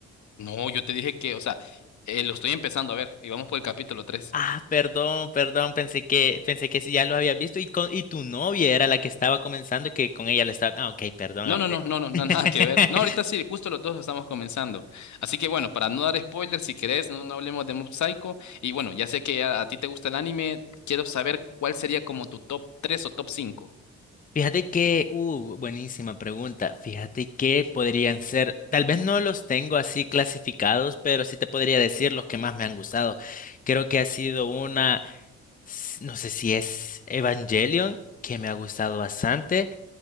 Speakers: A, on the left; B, on the left.
A: no, yo te dije que, o sea, eh, lo estoy empezando a ver y vamos por el capítulo tres
B: Ah, perdón, perdón, pensé que, pensé que sí, ya lo había visto y, con, y tu novia era la que estaba comenzando que con ella le estaba... Ah, ok, perdón,
A: No,
B: apre.
A: no, no, no, no, <laughs> no,
B: <laughs>
A: nada que ver. No, ahorita sí, justo los dos estamos comenzando. Así que bueno, para no dar spoilers, si querés, no, no hablemos de Mob Psycho. Y bueno, ya sé que a, a ti te gusta el anime, quiero saber cuál sería como tu top 3 o top 5.
B: Fíjate que, uh, buenísima pregunta. Fíjate que podrían ser, tal vez no los tengo así clasificados, pero sí te podría decir los que más me han gustado. Creo que ha sido una, s- no sé si es Evangelion, que me ha gustado bastante.